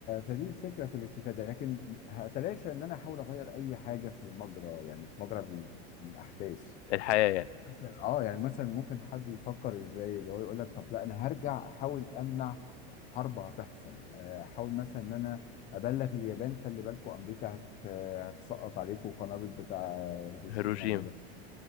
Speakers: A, on the left (about 25°); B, on the left (about 80°).
A: فدي الفكره في الاستفاده لكن هتلاشى ان انا احاول اغير اي حاجه في المجرى يعني في مجرى ال- الاحداث
B: الحياة يعني
A: مثلا اه يعني مثلا ممكن حد يفكر ازاي اللي هو يقول لك طب لا انا هرجع احاول امنع حرب هتحصل آه، احاول مثلا ان انا ابلغ اليابان خلي بالكم امريكا هت... هتسقط عليكم قنابل بتاع هيروشيما
B: هيروشيما
A: وناجازاكي